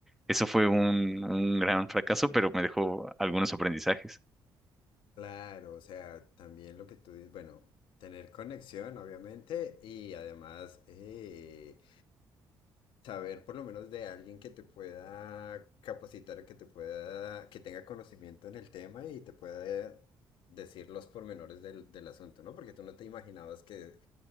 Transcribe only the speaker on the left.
Claro, o sea, también lo que tú dices, bueno, tener conexión, obviamente, y además eh, saber por lo menos de alguien que te pueda capacitar, que te pueda, que tenga conocimiento en el tema y te pueda decir los pormenores del, del asunto, ¿no? Porque tú no te imaginabas que